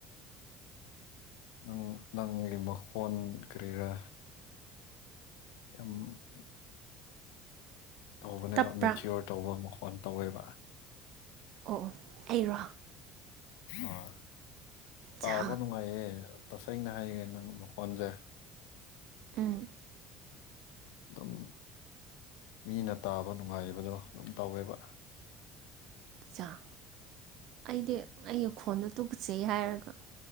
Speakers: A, on the left; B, on the right.
A: ꯅꯪ ꯅꯪꯒꯤ ꯃꯈꯣꯟ ꯀꯔꯤꯔ ꯑꯝ ꯇꯧꯕꯅꯦꯕ
B: ꯇꯞꯄ꯭ꯔꯥ
A: ꯃꯦꯆꯤꯌꯣꯔ ꯇꯧꯕ ꯃꯈꯣꯟ ꯇꯧꯋꯦꯕ
B: ꯑꯣ ꯑꯣ ꯑꯩꯔꯣ
A: ꯑꯥ ꯇꯥꯕ
B: ꯆꯥ
A: ꯅꯨꯡꯉꯥꯏꯌꯦ ꯇꯁꯦꯡꯅ ꯍꯥꯏꯒꯦ ꯅꯪ ꯃꯈꯣꯟꯁꯦ
B: ꯑꯝ
A: ꯑꯗꯨꯝ ꯃꯤꯅ ꯇꯥꯕ ꯅꯨꯡꯉꯥꯏꯕꯗꯣ ꯑꯗꯨꯝ ꯇꯧꯋꯦꯕ
B: ꯆꯥꯎ ꯑꯩꯗꯤ ꯑꯩꯒꯤ ꯈꯣꯟꯗ ꯇꯨꯆꯩ ꯍꯥꯏꯔꯒ